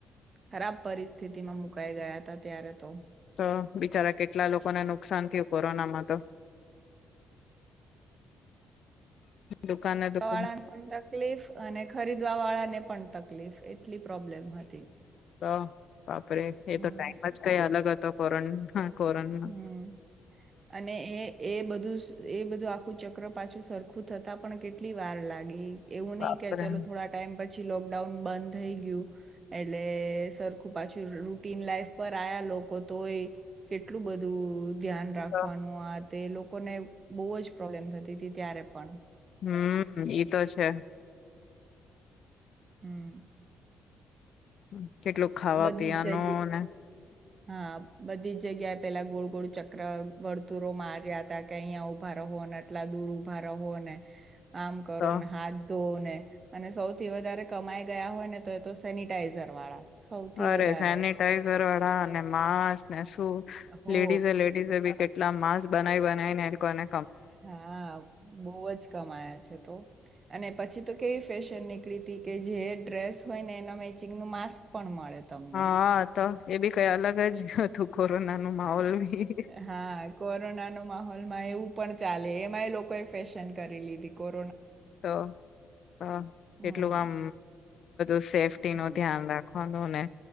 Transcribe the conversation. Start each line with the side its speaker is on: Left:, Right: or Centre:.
Right: ખરાબ પરિસ્થિતિમાં મુકાઈ ગયા ત ત્યારે તો.
Left: તો બિચારા કેટલા લોકોને નુકસાન થયું કોરોનામાં તો. દુકાને દુકાન
Right: વાળાને પણ તકલીફ અને ખરીદવા વાળા ને પણ તકલીફ એટલી પ્રોબ્લેમ હતી.
Left: તો બાપરેે
Right: હમ
Left: એ તો ટાઈમ અજ કઈ અલગ. તો કરણ કોરોના
Right: હમ અને એ એ બધું એ બધું આખું. ચક્ર પાછું સરખું થતા પણ કેટલી વાર લાગી. એવું
Left: બાપરે
Right: નહિ કે ચાલો થોડા ટાઈમ પછી. પછી લોકડાઉન બંધ થઈ ગયું એટલે સરખું પાછું રૂટીન લાઈફ પર આયા લોકો તોય. કેટલું બધું. ધ્યાન રાખવાનું
Left: તો
Right: આ. તે લોકોને બહુ જ પ્રોબ્લેમ થતી હતી ત્યારે પણ.
Left: હમ ઈ તો છે.
Right: હમ. <inaudible>
Left: હમ. કેટલું ખાવા
Right: બધી
Left: પીવાનું
Right: જ જગ્યા
Left: ને.
Right: હા બધી જ જગ્યાએ પેલા ગોળ ગોળ ચક્ર વર્તુરો માર્યા હતા કે અહીંયા ઉઊભા રહો ને આટલા દૂર ઉભા રહો ને. કામ કરો
Left: તો
Right: ને હાથ ધોઓ ને. અને સૌથી વધારે કમાઈ ગયા હોય ને તો એ તો સેનિટાઈઝર વાળા. સૌથી
Left: અરે
Right: વધારે
Left: સેનિટાઈઝર. અનેને માસ. ના શું
Right: હો
Left: લેડીઝ લેડીઝ બી. એટલા માંસ બનાવી બનાય ને એ કોને.
Right: હા બહ જ કમાયા છે તો. અને પછી તો કેવી ફેશન નીકળી હતી કે જે ડ્રેસ હોય ને એના મેચિંગનુંું માસ્ક પણ મળે. તમને
Left: હા તો. એવી. કઈ અલગ જ હતું કોરોના નું માહોલ બી.
Right: હા કોરોનાનો એવું પણ ચાલે એમાં એ લોકોએ ફેશન કરી લીધી કો
Left: તો હ
Right: હમ
Left: એટલું કામ. સેફ્ટી
Right: હમ
Left: નું ધ્યાન રાખવાનું નુ ને